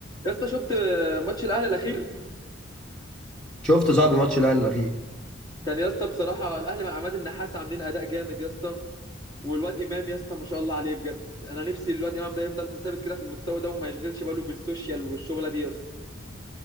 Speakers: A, on the left; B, in the centre.
A: يا اسطى شفت ماتش الاهلي الاخير
B: شفت يا صاحبي ماتش الاهلي الاخير
A: كان يا اسطى بصراحه الاهلي مع عماد النحاس عاملين اداء جامد يا اسطى والواد امام يا اسطى ما شاء الله عليه بجد انا نفسي الواد امام ده يفضل ثابت كده في المستوى ده وما يشغلش باله بالسوشيال والشغله دي يا اسطى